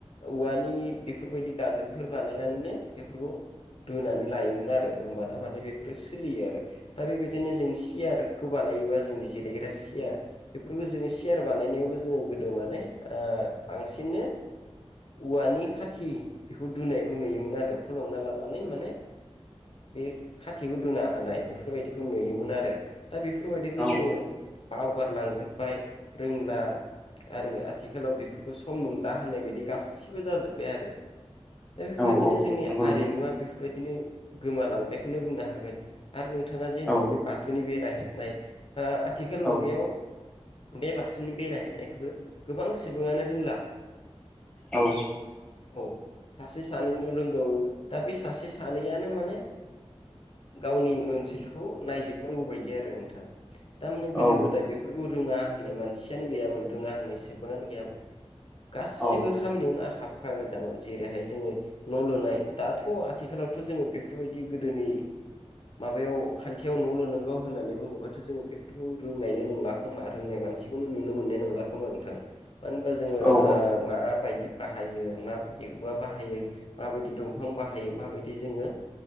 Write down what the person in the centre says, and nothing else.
औ
औ औ
नंगौ नोंथां
औ
औ
औ।
औ
औ
औ